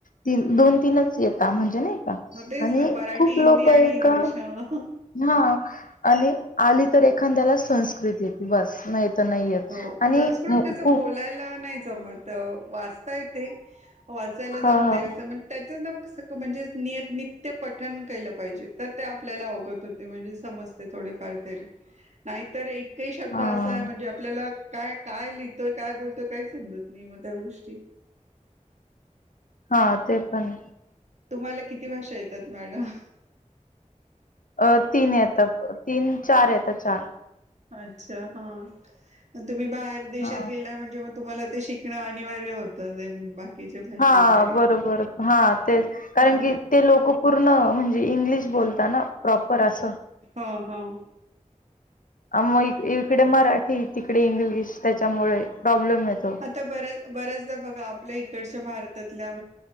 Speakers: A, on the left (about 80°); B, on the right (about 60°).
A: दोन तीनच य म्हणजे नाही.
B: हो तेच
A: आणि
B: ना मराठी
A: खूप
B: हिंदी
A: लोक
B: आणि
A: आहे
B: इंग्लिश
A: का
B: हा
A: हा.. आणि आली तर एखाद्याला संस्कृती येत बस नाही. तर नाही येत
B: हो
A: आणि
B: संस्कृत
A: मु-
B: कसं
A: खूप
B: बोलायला नाही जमत. वाचता येते वाचायला
A: ह
B: जमते
A: ह
B: असंण त्या. म्हणजे नित्य पठण केलं पाहिजे तर ते आपल्याला अवगत होते म्हणजे समज. ते थोडेफार तरी नाही एक ही शब्द
A: हा
B: म्हणे काय काय लिहितोय काय बोलतोय काही समजत नाही मग त्या गोष्टी..
A: हा ते पण..
B: तुम्हाला किती भाषा येतात मॅडम..
A: अ तीन येत तीन चार येत चार..
B: अच्छा हा तुम्ही बाहेर देशात
A: हा
B: गेला म्हणजे मग तुम्हाला.. ते शिकणं अनिवार्य होतं ते. बाकीच्या भाषा
A: हा
B: वगैरे
A: बरोबर हा तेच कारण
B: हा
A: की ते लोक पूर्ण म्हणजे. इंग्लिश बोलताना प्रॉपर अस.
B: ह ह
A: मग इकडे मराठी तिकडे इंग्लिश त्याच्यामुळे प्रॉब्लेम.. येतो
B: आता बर्याच बर्याचदा बघा आपल्या इकडच्या भारत भारतातल्या